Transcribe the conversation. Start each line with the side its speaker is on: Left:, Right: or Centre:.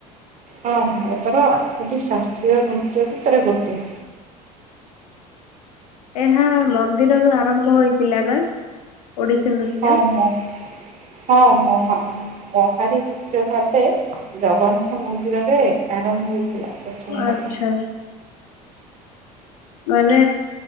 Right: ହଁ ଭାରତର ଆଠଟି ଶାସ୍ତ୍ରୀୟ ନୃତ୍ୟ ଭିତରେ ଗୋଟେ।
Left: ଏହା ମନ୍ଦିରରୁ ଆରମ୍ଭ ହୋଇଇଥିଲା ନା? ଓଡିଶୀ ନୃତ୍ୟ
Right: ହଁ ମ ହଁ ମ। ମହାରି ନୃତ୍ୟ ଭାବେ ଜଗନ୍ନାଥ ମନ୍ଦିରରେ ଆରମ୍ଭ ହୋଇଥିଲା। ପ୍ରଥମ
Left: ଓ
Right: କରି
Left: ଆଛା ମାନେ